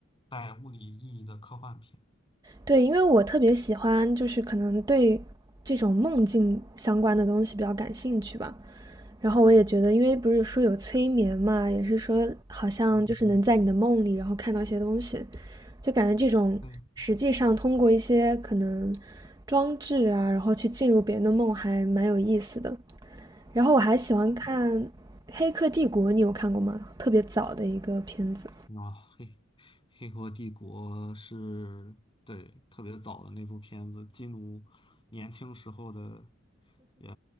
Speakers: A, on the left; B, on the right.
A: 带物理意义的科幻片。
B: 对，因为我特别喜欢，就是可能对这种梦境相关的东西比较感兴趣吧。然后我也觉得，因为不是说有催眠嘛，也是说好像就是能在你的梦里，
A: 嗯，
B: 然后看到一些东西，就感觉这种实际上通过一些可能
A: 对，
B: 装置啊，然后去进入别人的梦，还蛮有意思的。然后我还喜欢看《黑客帝国》，你有看过吗？特别早的一个片子。
A: 啊，黑黑河帝国是对特别早的那部片子，基努年轻时候的也